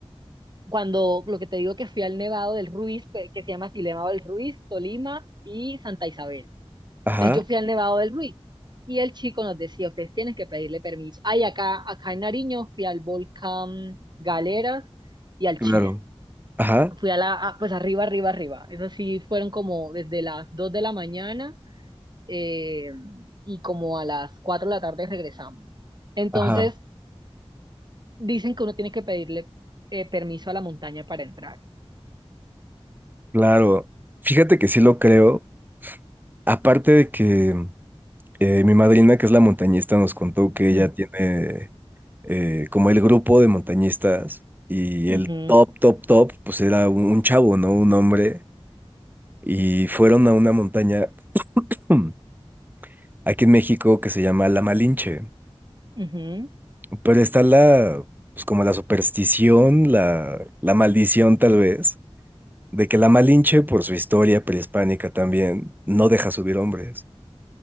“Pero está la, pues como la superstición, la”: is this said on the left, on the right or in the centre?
Right